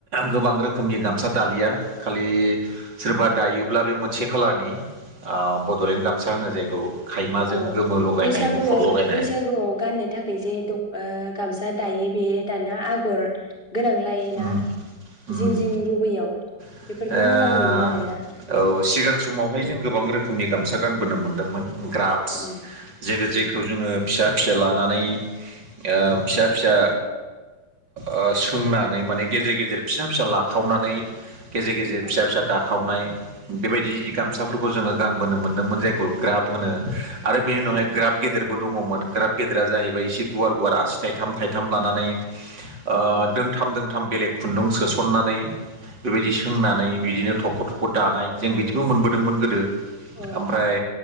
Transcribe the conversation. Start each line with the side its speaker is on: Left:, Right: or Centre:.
Right: गोबां रोखोमनि गामसा दालिया खालि सोरबा दायोब्ला बे मोनसे खालारनि आ बड'लेण्ड गामसा होनो जायखौ। खायमाजों
Left: औ
Right: गोमो लगायनाय
Left: बैसागुआव
Right: गुफुर लगायनाय
Left: बैसागुआव गाननो थाखाय जे द ओ। गामसा दायो बे दानिया आगर गोनांलाय
Right: उम
Left: ना
Right: उम
Left: जिं जिं रुबैयाव
Right: ओ
Left: बेफोरखौ मोजां नुयो आरोना उम
Right: औ सिगां समावहाय जों गोबां रोखोमनि गामसा गानबोनो मोनदोंमोन। ग्राफस
Left: उम
Right: जेरै
Left: उम
Right: जेखौ जोङो फिसा फिसा लानानै ओ फिसा फिसा ओ सोंनानै माने गेजेर गेजेर फिसा फिसा लाखावनानै गेजेर गेजेर
Left: अ
Right: फिसा फिसा दाखावनाय बेबायदि गामसाफोरखौ जोङो गानबोनो मोन्दोंमोन जायखौ ग्राफ होनो। आरो बेनि उनावहाय
Left: उम
Right: ग्राब गेदेरबो दङ'मोन ग्राब गेदेरा जाहैबाय एसे गुवार गुवार आसि थाइथाम थाइथाम लानानै ओ
Left: उम
Right: दोंथाम दोंथाम बेलेग खुन्दुं सोस'ननानै बेबायदि सोंनानै बिदिनो थख' थख' दानाय जों बिदिबो मोनबोदोंमोन गोदो।
Left: अ
Right: ओमफ्राय